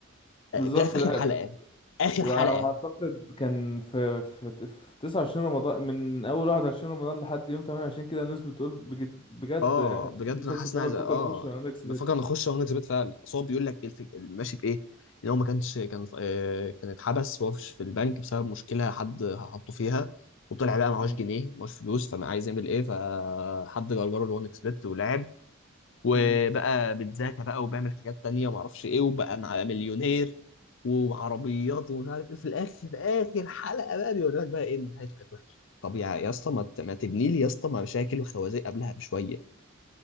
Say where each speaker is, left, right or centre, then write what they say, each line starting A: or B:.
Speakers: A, on the left; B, on the left.
A: آه،
B: بالظبط
A: جايه في اخر
B: لا
A: حلقه اخر
B: وعلى
A: حلقه
B: ما اعتقد كان في في في 29 رمضان من اول 21 رمضان لحد يوم 28 كده الناس بتقول بجد بجد
A: اه
B: احنا بسبب
A: بجد
B: المسلسل
A: انا حاسس
B: ده
A: ان
B: بنفكر
A: عايز اه
B: نخش اكس
A: بفكر
B: بيت
A: نخش هو نكسبت فعلا اصل هو بيقول لك إيه الفك... ماشي بايه ان هو ما كانش كان آه، كان اتحبس وهو في في البنك بسبب مشكله حد حطه فيها وطلع بقى معهوش
B: مم.
A: جنيه معهوش فلوس فما عايز يعمل ايه فحد جرجره اللي هو نكسبت ولعب وبقى
B: مم.
A: بيتذاكى بقى وبيعمل حاجات تانية ما اعرفش ايه وبقى مع مليونير وعربيات ومش عارف ايه في الاخر في اخر حلقة بقى بيوريلك بقى ايه إن نهايته كانت وحشة طب يا يا اسطى ما ت- ما تبني لي يا اسطى مشاكل وخوازيق قبلها بشويه